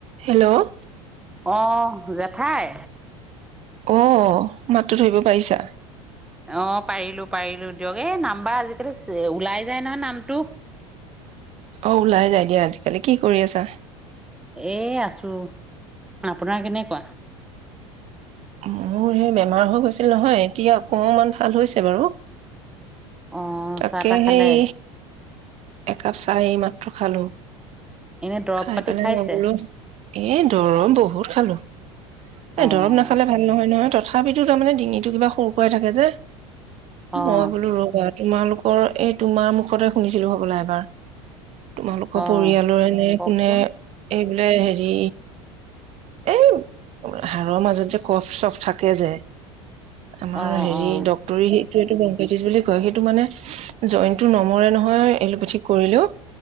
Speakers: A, on the right; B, in the centre.
A: Hello
B: অহ জেঠাই
A: অ মাতটো ধৰিব পাৰিছা
B: অ পাৰিলো পাৰিলো দিয়ক এ নাম্বাৰ আজিকালি ওলাই যায় নহয় নামটো
A: অ ওলাই যাই দিয়া আজিকালি কি কৰি আছা
B: এ আছো আপোনাৰ কেনেকুৱা
A: মোৰ এই বেমাৰ হৈ গৈছিল নহয় এতিয়া অকমান ভাল হৈছে বাৰু
B: অ'
A: তাকে
B: চাহ তাহ
A: সেই
B: খালে
A: একাপ চাহ এমাত খালো
B: এনে দৰৱ
A: খাই
B: পাতি
A: পেলাই
B: খাইছে
A: নগলো এ দৰৱ বহুত খালো এ
B: অ'
A: দৰৱ নাখ নয় নহয় তথাপিতো তাৰমানে ডিঙিতটো কিবা সৰু কৰাই থাকে যে
B: অ'
A: মই বোলো ৰোগ আৰু তোমালোকৰ এই তোমাৰ মুখতে শুনিছিলো সবলা এবাৰ তোমালোকৰ
B: অ'
A: পৰিয়ালৰে এনে
B: কওকচোন
A: কোনে এই বোলে হেৰি এই হাড়ৰ মাজত যে কফ চফ থাকে যে আমাৰ
B: অ'
A: হেৰি
B: অ'
A: ড্ক্তৰী এইটো বেংকাইটিছ বুলি কয় সেইটো মানে জইনটো নমৰে নহয় এলোপেথিক কৰিলেও